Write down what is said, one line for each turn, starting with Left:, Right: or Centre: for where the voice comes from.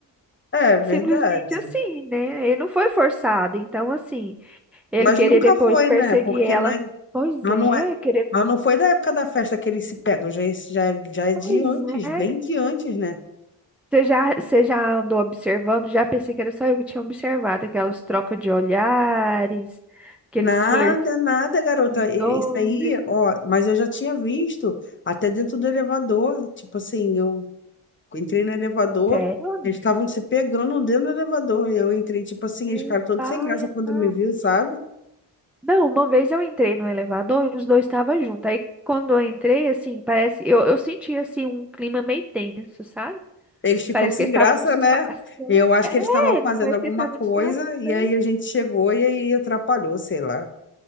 Left: é verdade.
Centre: Simplesmente assim, né? Ele não foi forçado. Então, assim, ele
Left: Mas
Centre: querer
Left: nunca
Centre: depois
Left: foi,
Centre: perseguir
Left: né? Porque
Centre: ela.
Left: não é,
Centre: Pois
Left: mas
Centre: é,
Left: não é,
Centre: querer.
Left: mas não foi da época da festa que eles se pegam, já, é- já, é- já é
Centre: Pois
Left: de antes,
Centre: é,
Left: bem de antes, né?
Centre: Você já, você já andou observando? Já pensei que era só eu que tinha observado aquelas trocas de olhares, aqueles
Left: Nada,
Centre: flertes
Left: nada, garota.
Centre: dois.
Left: E- Isso aí, ó, mas eu já tinha visto até dentro do elevador. Tipo assim, eu entrei no elevador,
Centre: Sério, amiga?
Left: eles estavam se pegando dentro do elevador. E Eu entrei, tipo assim,
Centre: Meu
Left: eles ficaram todos
Centre: pai
Left: sem graça
Centre: amado.
Left: quando me viu, sabe?
Centre: Não, uma vez eu entrei no elevador e os dois estavam juntos. Aí quando eu entrei, assim, parece. Eu, eu senti, assim, um clima meio tenso, sabe?
Left: Eles ficam
Centre: Parece
Left: sem
Centre: que eles
Left: graça,
Centre: estavam disfarçando.
Left: né? Eu acho
Centre: É,
Left: que eles estavam fazendo
Centre: parece
Left: alguma
Centre: que eles estavam
Left: coisa,
Centre: disfarçando.
Left: e aí a gente chegou e aí atrapalhou, sei lá.